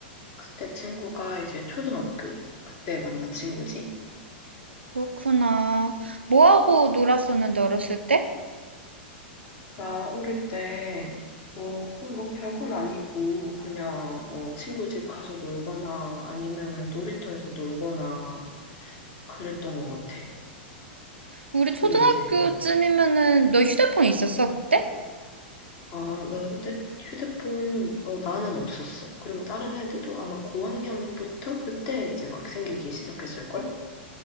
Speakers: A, on the left; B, on the right.
A: 그때 친구가 이제 초등학교 그때 만난 친구지?
B: 그렇구나. 뭐 하고 놀았었는데, 어렸을 때?
A: 나 어릴 때 뭐, 그냥 뭐 별건 아니고 그냥 어, 친구 집 가서 놀거나 아니면은 놀이터에서 놀거나 그랬던 것 같아.
B: 우리 초등학교쯤이면은,
A: 근데 이제, 응.
B: 너 휴대폰 있었어, 그때?
A: 아, 나 그때 휴대폰, 어, 나는 없었어. 그리고 다른 애들도 아마 고학년부터 그때 이제 막 생기기 시작했을걸?